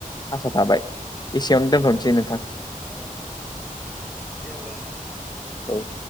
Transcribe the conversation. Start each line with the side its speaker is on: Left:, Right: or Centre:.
Left: आसा थाबाय एसेयावनो दोनथ'नोसै
Centre: औ औ
Left: नोंथां
Centre: औ दे अब्ला नोंथां
Left: औ